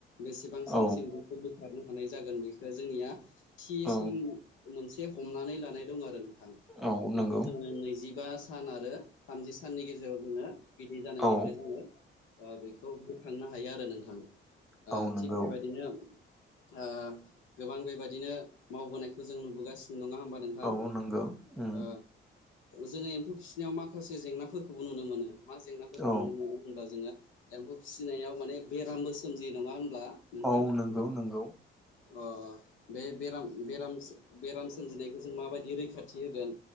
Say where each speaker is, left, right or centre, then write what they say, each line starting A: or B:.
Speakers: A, on the left; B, in the centre.
A: बेसेबां
B: औ
A: समसिम बेखौ बोखारनो हानाय जागोन बेखौ जोंनिया थि
B: औ
A: सम मोनसे हमनानै लानाय दं आरो नोंथां
B: औ
A: बेखौ
B: नंगौ
A: जोङो नैजिबा सान आरो थामजि साननि गेजेराव जोङो बिदै जानायनिफ्राय
B: औ
A: जोङो ओ बेखौ बोखांनो हायो आरो नों थां ओ
B: औ नंगौ
A: थिग बेबायदिनो ओ गोबां बेबायदिनो मावबोनायखौ जों नुबोगासि नङा होमबा नोंथां
B: औ नंगौ उम
A: ओ जोङो एम्फौ फिसिनायाव मा खासे जेंनाफोरखौबो नुनो मोनो मा जेंनाफोरखौ
B: औ
A: नुनो मोनो होमबा जोङो एम्फौ फिसिनायाव माने बेरामबो सोमजियो नङा होमब्ला नोंथां
B: औ नंगौ नंगौ
A: अ बे बेराम बेराम बेराम सोमजिनायखौ जों माबाय दि रैखाथि होगोन